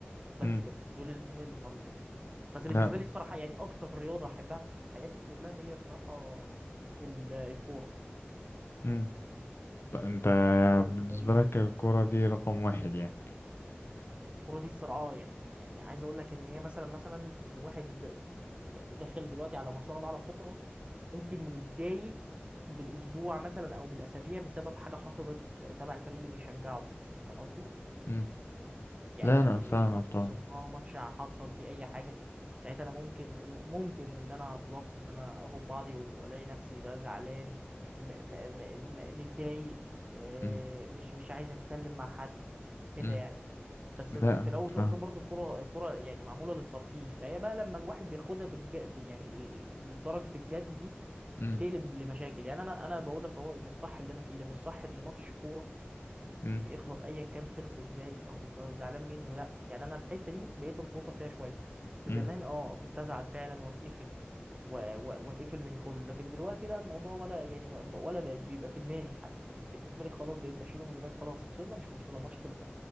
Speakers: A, on the right; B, on the left.
A: بس
B: مم.
A: كده دول الاثنين اللي اتمرنتهم بس بالنسبة
B: لا
A: لي الصراحة يعني أكتر رياضة أحبها في حياتي كلها هي الصراحة ال- الكورة
B: مم. ط- انت
A: يعني الكوره بالنسبه
B: بالنسبة
A: لي
B: لك الكرة دي رقم واحد يعني
A: الكوره دي الصراع يعني يعني عايز اقول لك ان هي مثلا مثلا الواحد يعني داخل دلوقتي على ما شاء الله على فتره ممكن يتضايق بالاسبوع مثلا او بالاسابيع بسبب حاجه حصلت تبع الفريق اللي بيشجعه فاهم قصدي؟
B: مم.
A: يعني
B: لا انا فاهمك
A: ماتش
B: طبعا
A: خسرناه ماتش حصل فيه اي حاجه ساعتها انا ممكن ممكن ان انا خلاص ان انا اخد بعضي والاقي نفسي بقى زعلان م- م- م- م- متضايق آه،
B: مم.
A: مش مش عايز اتكلم مع حد كده
B: مم.
A: يعني بس
B: لا
A: في الاول وفي
B: فاهم
A: الاخر برضه الكوره الكوره يعني معموله للترفيه فهي بقى لما الواحد بياخدها بالج... يعني ل- لدرجه الجد دي
B: مم.
A: بتقلب لمشاكل يعني انا انا بقول لك هو مش صح اللي انا فيه ده مش صح ان ماتش كوره
B: مم.
A: يخلص ايا كان خلص ازاي او زعلان منه لا يعني انا الحته دي بقيت اضبطها فيها شويه في
B: مم.
A: زمان اه كنت ازعل فعلا واتقفل و- و- واتقفل من كله لكن دلوقتي لا الموضوع ولا يعني ولا بيبقى في دماغي حتى يعني بالنسبه لي خلاص بقيت بشيله من دماغي خلاص خسرنا مش مشكله الماتش خلص